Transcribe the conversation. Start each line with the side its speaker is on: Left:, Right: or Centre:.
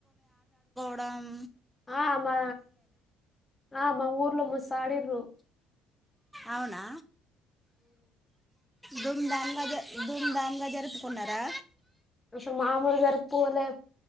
Centre: కుం
Left: ఆ అమ్మా ఆ మా ఊర్లో మస్త్ ఆడింరు
Centre: అవునా దూమ్ధామ్జ దూమ్ధామ్ గ జరపుకునరా
Left: అసలు మామూలు జరుపు అలా